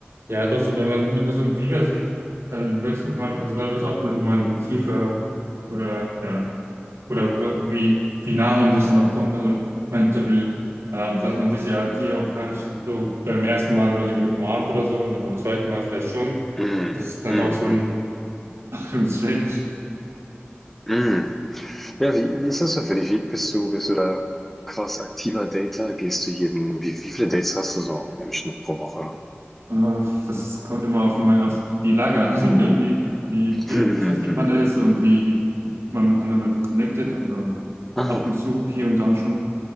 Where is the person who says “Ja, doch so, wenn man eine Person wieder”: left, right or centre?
Right